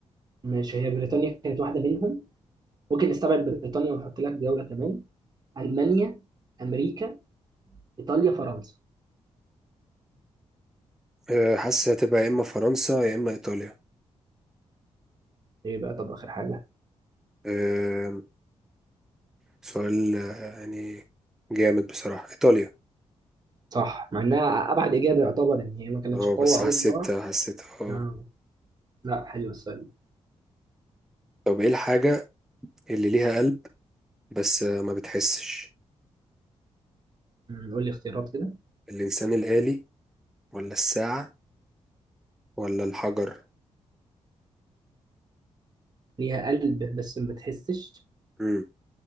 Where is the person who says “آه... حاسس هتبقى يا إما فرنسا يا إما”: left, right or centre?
Centre